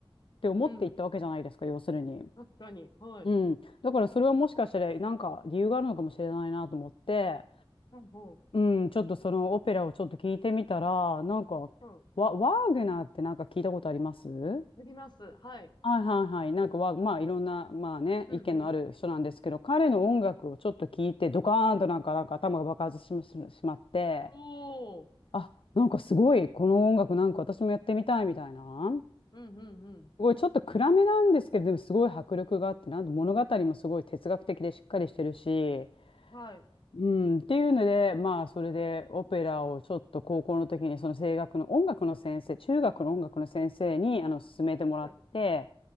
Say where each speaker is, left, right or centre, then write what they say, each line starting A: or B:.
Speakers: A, on the left; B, on the left.
A: て思っていったわけじゃないですか、
B: うん。
A: 要するに。
B: 確かに。はい。
A: うん。だからそれはもしかしたらなんか理由があるのかもしれないなと思って、
B: うんほ
A: うん、ちょっとそのオペラをちょっと聞いてみたら、なんか、
B: う。うん。
A: ワ、ワーグナーってなんか聞いたことあります
B: やります。はい。
A: はいはいはい。なんかワーまあいろんな、まあね、
B: うんうん。
A: 意見のある人なんですけど、彼の音楽をちょっと聞いて、ドカーンとなんか、なんか頭が爆発しま、ししまって、
B: おー。
A: あ、なんかすごい、この音楽なんか私もやってみたいみたいな。
B: うんうんうん。
A: すごいちょっと暗めなんですけど、でもすごい迫力があって、なんで物語もすごい哲学的でしっかりしてるし、
B: はい。
A: うん、っていうので、まあ、それでオペラをちょっと高校の時に、その声楽の音楽の先生、中学の音楽の先生に、あの、勧めてもらって、
B: はい。